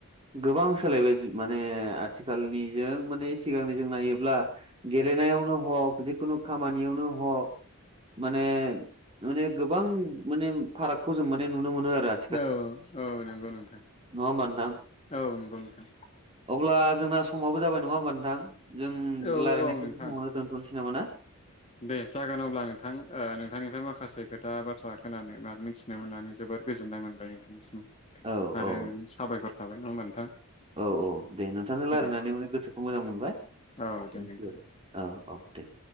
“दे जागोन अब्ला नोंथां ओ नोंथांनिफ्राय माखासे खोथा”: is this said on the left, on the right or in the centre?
Left